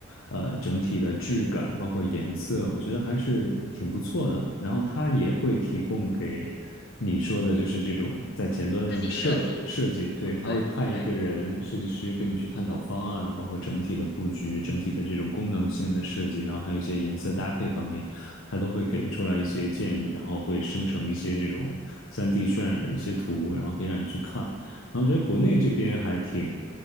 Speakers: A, on the left; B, on the left.
A: 呃，整体的质感，包括颜色，我觉得还是挺不错的。然后它也会提供给你说的，就是这种在前端的这种设设计，
B: 自己设计，
A: 对，他会派一个人设计师跟你去探讨方案，
B: 对对，
A: 包括整体的布局、整体的这种功能性的设计，然后还有一些颜色搭配方面。它都会给出来一些建议，然后会生成一些这种三 d 渲染的一些图，然后可以让你去看。然后我觉得国内这边还挺